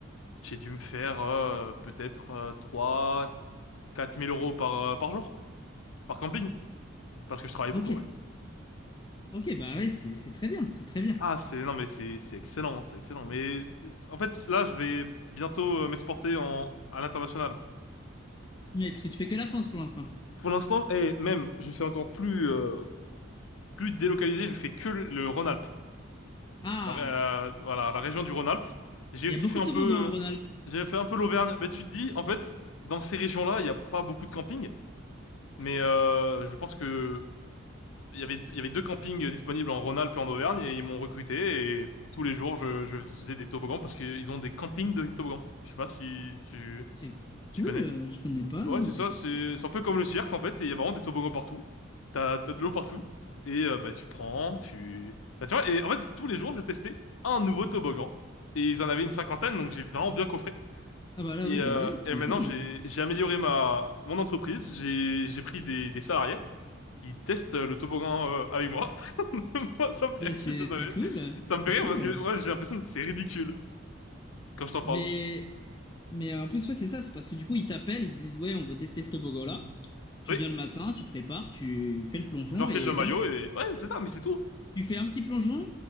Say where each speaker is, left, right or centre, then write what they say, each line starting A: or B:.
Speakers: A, on the left; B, on the left.
A: j'ai dû me faire euh, peut-être euh, 3-4 000 euros par, euh, par jour, par camping, parce que je travaille
B: Ok,
A: beaucoup, ouais.
B: ok, bah oui, c'est c'est très bien, c'est très bien.
A: Ah, c'est, non, mais c'est, c'est excellent, c'est excellent. Mais euh, en fait, là, je vais bientôt euh, m'exporter en, à l'international.
B: Oui, parce que tu fais que la France pour l'instant.
A: Pour l'instant, et même, je fais encore plus, euh, plus délocalisé, je fais que le, le rhône
B: Ah,
A: la, ré- euh, voilà, la région du Rhône-Alpes. J'ai
B: il
A: aussi
B: y a beaucoup
A: fait un
B: de toboggans
A: peu,
B: en Rhône-Alpes.
A: j'ai fait un peu l'Auvergne. Mais tu te dis, en fait, dans ces régions-là, il n'y a pas beaucoup de camping. Mais euh, je pense que il y avait, il y avait deux campings disponibles en Rhône-Alpes et en Auvergne et ils m'ont recruté et tous les jours, je, je faisais des toboggans parce qu'ils ont des campings de toboggans. Je sais pas si tu,
B: C'est
A: tu
B: cool,
A: connais.
B: euh, je connais pas,
A: Ouais,
B: non,
A: c'est
B: mais c'est
A: ça, c'est
B: cool.
A: c'est un peu comme le cirque en fait, il y a vraiment des toboggans partout. T'as t'as de l'eau partout et euh, bah tu prends, tu bah, tu vois et en fait tous les jours je testais un nouveau toboggan et ils en avaient une cinquantaine donc j'ai vraiment bien coffré.
B: Ah bah là,
A: Et,
B: oui, bah
A: euh,
B: oui, tu
A: et
B: m'étonnes.
A: maintenant j'ai j'ai amélioré ma mon entreprise, j'ai j'ai pris des des salariés qui testent le toboggan euh, avec moi. <laughs> Moi ça me fait
B: C'est
A: rire,
B: c'est-
A: je suis désolé.
B: c'est cool,
A: Ça
B: c'est
A: me fait rire
B: cool.
A: parce que ouais, j'ai l'impression que c'est ridicule quand je t'en parle.
B: Mais, mais en plus, ouais, c'est ça, c'est parce que du coup, ils t'appellent, ils te disent, ouais, on veut tester ce toboggan-là. Tu
A: Oui,
B: viens le matin, tu te prépares, tu fais le plongeon
A: j'enfile
B: et
A: le
B: c'est
A: maillot
B: bon.
A: et ouais, c'est ça mais c'est tout.
B: Tu fais un petit plongeon,